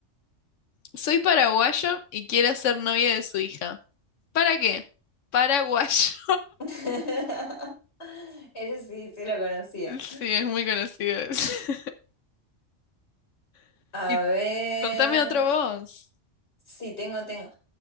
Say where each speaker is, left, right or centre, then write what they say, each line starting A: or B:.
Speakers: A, on the left; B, on the left.
A: Soy paraguayo y quiero ser novia de su hija. ¿Para qué? Paraguayo.
B: <laughs> Ese sí, sí lo conocía.
A: <laughs> Sí, es muy conocido ese. <laughs>
B: A
A: Y
B: ver.
A: contame otro vos.
B: Sí, tengo, tengo.